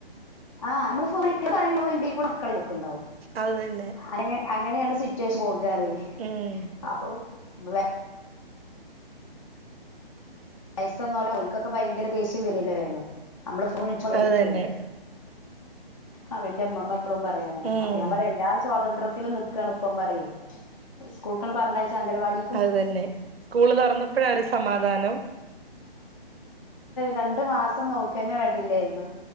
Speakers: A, on the left (about 35°); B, on the right (about 80°).
A: ആഹ് നമ്മള് <inaudible> പറയണ് പോലീ <inaudible> മക്കള് <unintelligible> ക്കുണ്ടാവും
B: അത് തന്നെ
A: അങ്ങനെ അങ്ങനെയാണ് സിറ്റുവേഷൻ പോകാറ്.
B: ഉം
A: അപ്പോ <unintelligible> വയസ്സാംകാലം അവൽക്കൊക്കെ ഭയങ്കര ദേഷ്യം വരൂല്ലേ വേഗം നമ്മള് ഫുൾ ചൊകയാരിക്കുമല്ലോ
B: അത് തന്നെ
A: ആഹ് എന്റെ അമ്മമ്മ എപ്പഴും പറയും അങ്ങനെ
B: ഉം,
A: അപ്പൊ ഞാൻ പറയും എല്ലാ സ്വാതന്ത്ര്യത്തിലും നി ക്കാണ്പ്പം പറയ്യേ സ്കൂൾക്കങ്ങട് പറഞ്ഞയച്ചാ അംഗലവാടി
B: അത് തന്നെ സ്കൂള് തൊറന്നപ്പഴാ ഒരു സമാധാനം.
A: രണ്ടു മാസം നോക്കന്ന വേണ്ടില്ലാരുന്നു.